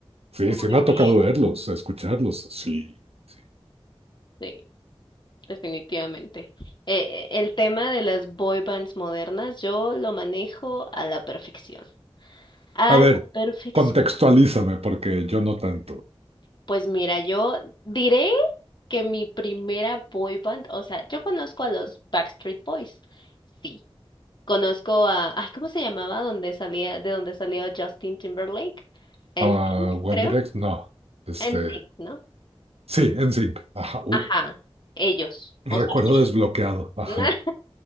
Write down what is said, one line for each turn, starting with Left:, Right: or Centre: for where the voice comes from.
Right: Sí,
Left: muy
Right: sí me ha
Left: bien.
Right: tocado verlos, escucharlos. Sí, sí.
Left: Sí, definitivamente. Eh, eh, el tema de las boy bands modernas, yo lo manejo a la perfección. A
Right: A
Left: la
Right: ver,
Left: perfección.
Right: contextualízame, porque yo no tanto.
Left: Pues mira, yo diré que mi primera boy band, o sea, yo conozco a los Backstreet Boys. Sí, conozco a, ay, ¿cómo se llamaba? Donde salía, de donde salió Justin Timberlake. NSYNC,
Right: Ah, One
Left: creo.
Right: Direct, no. Este,
Left: NSYNC, ¿no?
Right: sí, NSYNC. Ajá, uh,
Left: Ajá, ellos.
Right: recuerdo
Left: O sea, yo,
Right: desbloqueado. Ajá,
Left: <laughs>